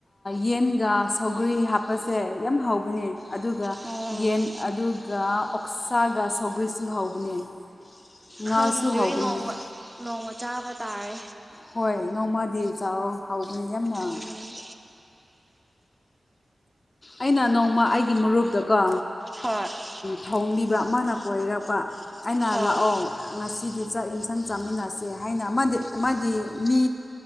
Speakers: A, on the left; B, on the right.
A: ꯌꯦꯟ ꯒ ꯁꯧꯒꯔꯤ ꯍꯥꯞꯄꯁꯦ ꯌꯥꯝ ꯍꯧꯕꯅꯦ ꯑꯗꯨꯒ
B: ꯎꯝ
A: ꯌꯦꯟ ꯑꯗꯨꯒ ꯒ ꯑꯣꯛꯁꯥꯒ ꯁꯥꯎꯒ꯭ꯔꯔꯤꯁꯨ ꯍꯥꯎꯕꯅꯦ ꯉꯥꯁꯨ
B: ꯈꯪꯗꯔꯤ
A: ꯍꯧꯕꯅꯤ
B: ꯅꯣꯡꯃ ꯅꯣꯡꯃ ꯆꯥꯕ ꯇꯥꯔꯦ
A: ꯍꯣꯏ ꯅꯣꯡꯃꯗꯤ ꯆꯥꯎ ꯍꯧꯕꯅꯤ ꯌꯥꯝꯅ
B: ꯎꯝ
A: ꯑꯩꯅ ꯅꯣꯡꯃ ꯑꯩꯒꯤ ꯃꯔꯨꯞꯇꯀꯣ
B: ꯍꯣꯏ
A: ꯊꯧꯅꯤꯕ ꯑꯃꯅ ꯀꯣꯏꯔꯛꯄ ꯑꯩꯅ
B: ꯍꯣꯏ
A: ꯂꯥꯛꯑꯣ ꯉꯁꯤꯗꯤ ꯆꯥꯛ ꯌꯦꯟꯁꯪ ꯆꯥꯃꯤꯟꯅꯁꯦ ꯍꯥꯏꯅ ꯑꯃꯗꯤ ꯑꯃꯗꯤ ꯃꯤ